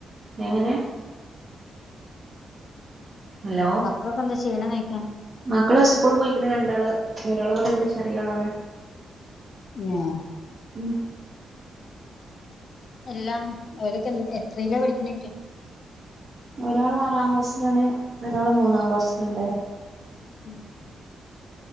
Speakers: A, on the right; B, on the left.
A: എങ്ങനെ ഹലോ
B: മക്കളൊക്കെ എന്താ ചെയ്യണ നീക്കാ
A: മക്കള് സ്കൂൾ പോയിക്കണ രണ്ടാള് ഒരാള് ഇവിടെണ്ട് ചെറിയ ആളാണ്
B: ആഹ
A: ഉം
B: എല്ലാം ഓരൊക്കെ എ എത്രല്ല പഠിക്കണക്ക
A: ഒരാള് ആറാം ക്ലാസ്സിലാണ് ഒരാള് മൂന്നാം ക്ലാസ്സിലുണ്ട്.
B: ഉം